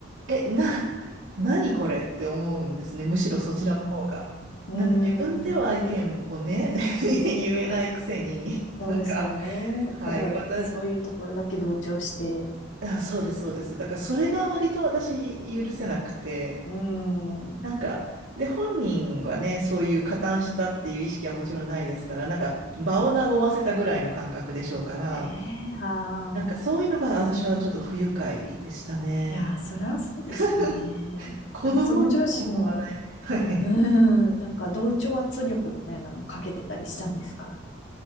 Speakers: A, on the right; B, on the left.
A: え、な、<laughs> 何これって思うんですね。むしろそちらの方が。
B: うん。うん、
A: なんか自分では意見をね、<laughs> 言えないくせに、<laughs>
B: そうですよね。
A: なんか、はい、
B: ただ、
A: 私、
B: そういうところだけ同調して。
A: あ、そうです、そうです。だからそれが割と私許せなくて、
B: うん。
A: なんか、で、本人がね、そういう加担したっていう意識はもちろんないですから、なんか場を和ませたぐらいの感覚でしょうから、
B: ええ、ああ。
A: なんかそういうのが私はちょっと不愉快でしたね。
B: いやー、そりゃそうですよね。
A: <laughs> 子供みたいな話題。
B: なんかその上司の、
A: はい
B: うーん、なんか同調圧力みたいなのもかけてたりしたんですか